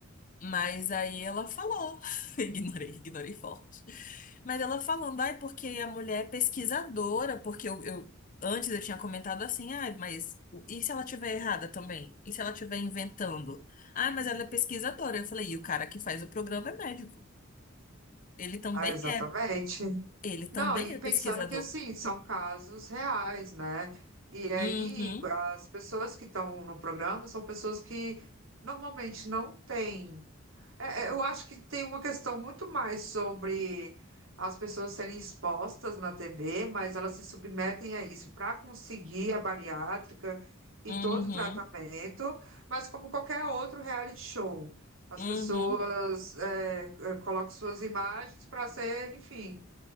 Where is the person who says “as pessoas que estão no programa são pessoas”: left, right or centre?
Right